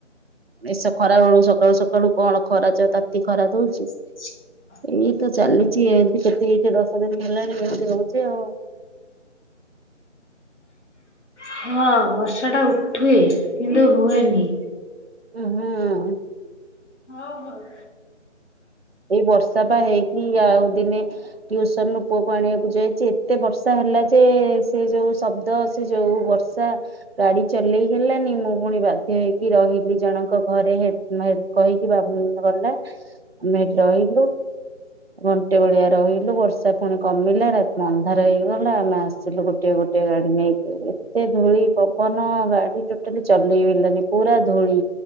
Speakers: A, on the right; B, on the left.
A: ଏସ ଖରା ବେଳୁ ସକାଳୁ ସକାଳୁ କଣ ଖରା ଯେ ତାତି ଖରା ଦଉଚି।
B: <unintelligible>
A: ଏଇ ତ ଚାଲିଚି ଏମିତି କେତେ ଏଇଠି ଦଶ ଦିନ ହେଲାଣି ଏମିତି ହଉଚି ଆଉ।
B: ହଁ ବର୍ଷା ଟା ଉଠେ କିନ୍ତୁ ହୁଏନି।
A: ଉ ହୁଁ।
B: ହଉ ହଉ।
A: ଏଇ ବର୍ଷା ପା ହେଇକି ଆଉ ଦିନେ ଟିଉସନ ରୁ ପୁଅକୁ ଆଣିବାକୁ ଯାଇଚି ଏତେ ବର୍ଷା ହେଲା ଯେ ସେ ଯୋଉ ଶବ୍ଦ ସେ ଯୋଉ ବ ସା। ଗାଡି ଚଲେଇ ହେଲାନି ମୁଁ ପୁଣି ବାଧ୍ୟ ହେଇକି ରହିଲି ଜଣଙ୍କ ଘରେ ହେ କହିକି ବା ଗଲା। ଆମେ ହେଇଠି ରହିଲୁ। ଘଣ୍ଟେ ଭଳିଆ ରହିଲୁ ବର୍ଷା ପୁଣି କମିଲା ଅନ୍ଧାର ହେଇଗଲା ଆମେ ଗୋଟିଏ ଗୋଟିଏ ଗାଡି ନେଇକି ଏତେ ଧୂଳି ପବନ ଗାଡି ଟୋଟାଲି ଚଲେଇହେଲାନି। ପୁରା ଧୂଳି